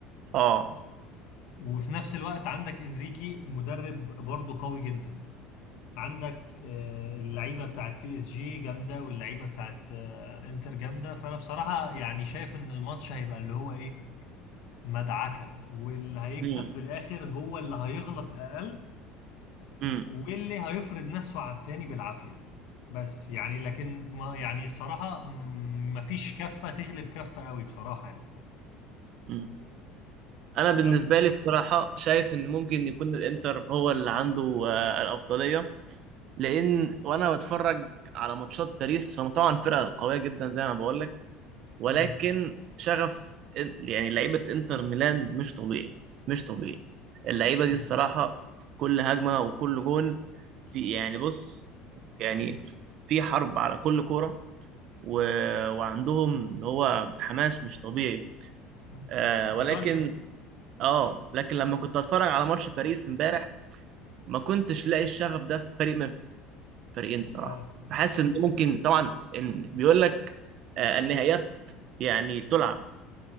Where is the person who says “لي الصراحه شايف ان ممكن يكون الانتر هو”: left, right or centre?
Right